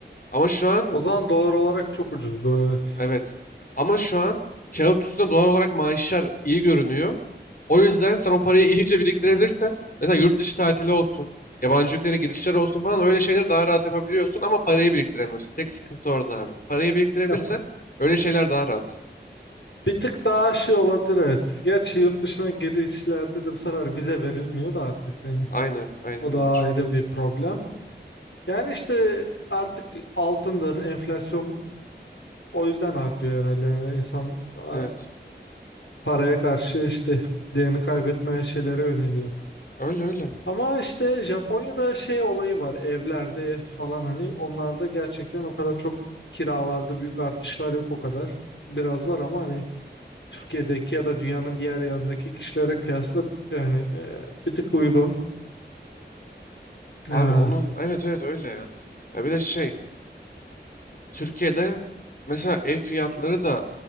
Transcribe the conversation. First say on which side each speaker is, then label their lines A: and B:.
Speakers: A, on the left; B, on the left.
A: Ama şu an
B: O zaman dolar olarak çok ucuzdu evet.
A: Evet. Ama şu an kağıt üstünde dolar olarak maaşlar iyi görünüyor. O yüzden sen o parayı <laughs> iyice biriktirebilirsen mesela yurt dışı tatili olsun, yabancı ülkelere girişler olsun falan öyle şeyleri daha rahat yapabiliyorsun ama parayı biriktiremiyorsun. Tek sıkıntı orada abi. Parayı biriktirebilirsen
B: Ya
A: öyle şeyler daha rahat.
B: bir tık daha şey olabilir evet. Gerçi yurt dışına girişlerde de bu sefer vize verilmiyor da artık yani
A: Aynen, aynen
B: o da
A: o var.
B: ayrı bir problem. Yani işte artık altındır, enflasyon O yüzden artıyor herhalde. Yani insan eee,
A: Evet.
B: paraya karşı işte değerini kaybetmeyen şeylere yöneliyor.
A: Öyle öyle.
B: Ama işte Japonya'da şey olayı var evlerde falan hani onlarda gerçekten o kadar çok kiralarda büyük artışlar yok o kadar. Biraz var ama hani Türkiye'deki ya da dünyanın diğer yanındaki kişilere kıyasla yani eee, bir tık uygun. Ha,
A: Abi onun evet evet öyle ya. Ya bir de şey Türkiye'de mesela ev fiyatları da